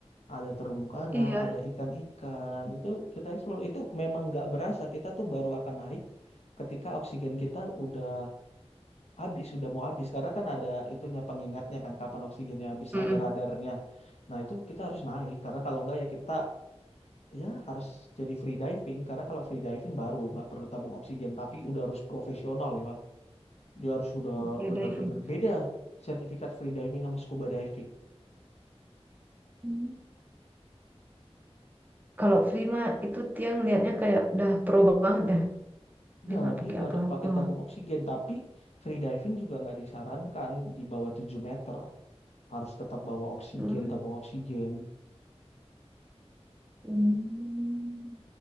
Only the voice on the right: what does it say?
Iya,
Mm-mm.
Oh, Skydiving.
Hmm. Kalau free mah itu dia ngelihatnya kayak udah pro banget dah. Dia
nggak
pakai
apa-apa.
Hmm.
Hmm.